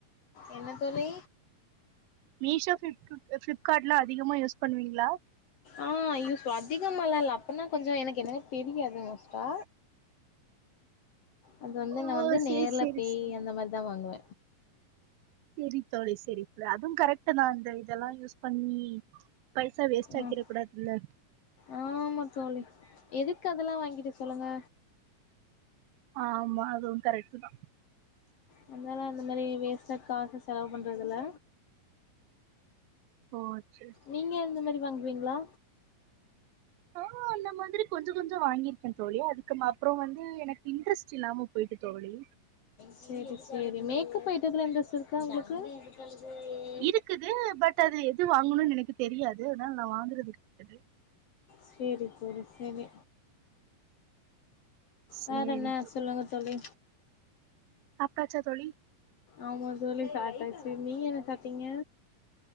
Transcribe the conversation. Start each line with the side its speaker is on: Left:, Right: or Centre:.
Left: என்ன தோழி
Right: மீஷோ ஃப்ளிப் பிளிப் பிளிப்கார்ட்லா அதிகமாக யூஸ் பண்ணுவீங்ளா
Left: ஆ யூஸ் அதிகமாலா இல்ல அப்பனா கொஞ்சோ எனக்கு என்னன்ன தெரியாது மோஸ்டா அது வந்து
Right: ஓ
Left: நா வந்து
Right: சேரி
Left: நேர்ல
Right: சேரி
Left: பேய்
Right: சேரி
Left: அந்த மாதிரிதா வாங்குவ
Right: சேரி தோழி சேரி தோழி அதுவு கரெக்ட்டுதா இந்த இதெல்லா யூஸ் பண்ணி பைசா வேஸ்ட்
Left: ம்
Right: ஆக்கிர கூடாதுல்ல
Left: ஆமா தோழி எதுக்கு அதெல்லா வாங்கிட்டு சொல்லுங்க
Right: ஆமா அதுவு கரெக்ட்டு தா
Left: அதனால அந்த மாரி வேஸ்டா காசு செலவு பண்றதுல்ல
Right: ஓ சேரி
Left: நீங்க அந்த மாரி வாங்குவீங்ளா
Right: நா அந்த மாதிரி கொஞ்சோ கொஞ்சோ வாங்கிருக்கன் தோழி அதுக்கு மா அப்றோ வந்து எனக்கு இன்ட்ரெஸ்ட் இல்லாம போயிட்டு தோழி
Left: சரி சரி மேக்கப் ஐட்டதுல இண்ட்ரெஸ்ட் இருக்கா உங்களுக்கு <unintelligible>
Right: இருக்குது பட் அது எது வாங்கணுனு எனக்கு தெரியாது அதனால நா வாங்கறது <unintelligible>
Left: சேரி தோழி சேரி
Right: சேரி
Left: வேற என்ன சொல்லுங்க தோழி
Right: சாப்டாச்சா தோழி
Left: ஆமா தோழி சாப்டாச்சு நீங்க என்ன சாப்டீங்க